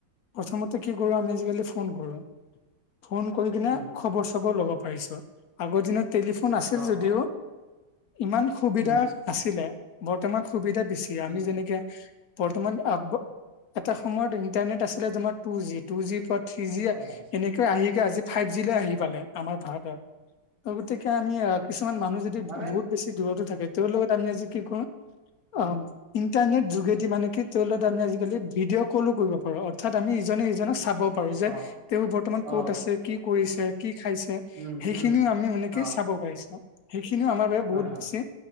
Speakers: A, on the left (about 60°); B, on the right (about 65°).
A: প্ৰথমতে কি কৰো আমি আজিকালি ফোন কৰো ফোন কৰি কিনে
B: উম
A: খবৰ-চবৰ ল'ব পাৰিছো, আগৰ দিনত টেলিফোন আছিল
B: অ
A: যদিও
B: অ
A: ইমান সুবিধা
B: উম
A: নাছিলে, বৰ্তমান সুবিধা বেছি, আমি
B: উম
A: যেনেকে বৰ্তমান আ এটা সময়ত ইণ্টাৰনেট আছিলে তোমাৰ টু জি, টু জিৰ থ্ৰী জি,
B: হয় হয়
A: এনেকে আহিকে আজি ফাইভ জিলৈ আহি পালে আমাৰ ভাৰতত। অ', গতিকে আমি আহ কিছুমান মানুহ যদি
B: মানে
A: বহুত বেছি দূৰতো থাকে তেওঁৰ লগত আমি আজি কি কৰো
B: উম
A: অ', ইন ইন্টাৰনেট যোগেদি মানে কি তেওঁ লগত আমি আজিকালি ভিডিঅ' কলো কৰিব পাৰোঁ, অৰ্থাৎ আমি ইজনে ইজনক চাব পাৰো যে,
B: অ
A: তেওঁ বৰ্তমান ক'ত
B: অ
A: আছে, কি কৰিছে কি খাইছে,
B: উম
A: সেইখিনিও
B: উম
A: আমি মানে কি
B: অ
A: চাব পাৰিছো। কিন্তু আমাৰ বাবে বহুত
B: হয় হয়
A: বেছি